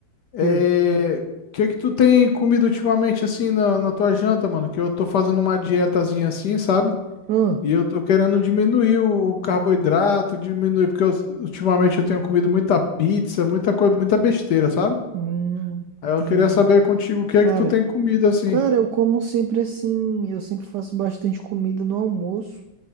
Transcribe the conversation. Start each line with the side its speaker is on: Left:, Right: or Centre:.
Left: É,
Right: que?
Left: O que que tu tem comido ultimamente assim na, na tua janta, mano? Que eu tô fazendo uma dietazinha assim, sabe?
Right: Ah,
Left: E eu tô querendo diminuir o o carboidrato, diminuir, porque eu- ultimamente eu tenho comido muita pizza, muita coisa, muita besteira, sabe?
Right: hum,
Left: Aí
Right: entendi.
Left: eu queria saber contigo o que
Right: Cara.
Left: é que tu tem comido assim.
Right: Cara, eu como sempre assim, eu sempre faço bastante comida no almoço,